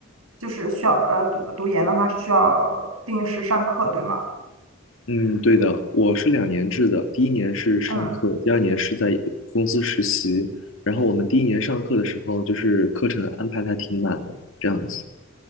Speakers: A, on the right; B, on the left.
A: 就是需要呃读读研的话是需要定时上课，对吗？
B: 嗯，对的，我是两年制的，第一年是上课，
A: 嗯，
B: 第二年是在公司实习。然后我们第一年上课的时候，就是课程安排的还挺满的，这样子